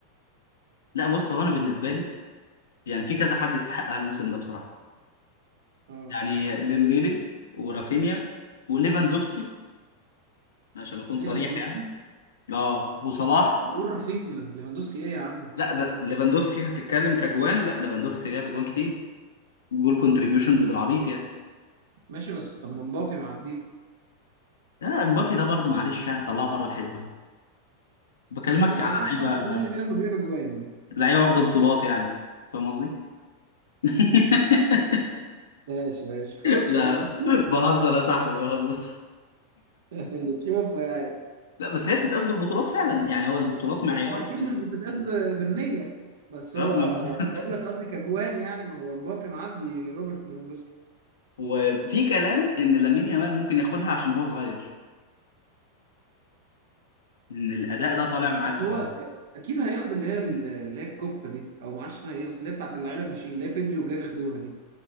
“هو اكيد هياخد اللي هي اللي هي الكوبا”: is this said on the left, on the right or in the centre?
Right